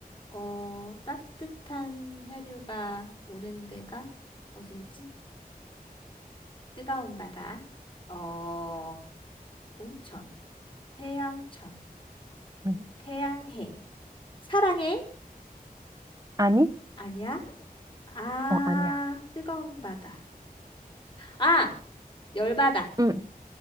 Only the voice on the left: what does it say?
어, 따뜻한 해류가 오는 데가 어딜지? 뜨거운 바다. 어, 온천. 태양천.
태양해. 사랑해?
아니야? 아,
뜨거운 바다. 아, 열바다.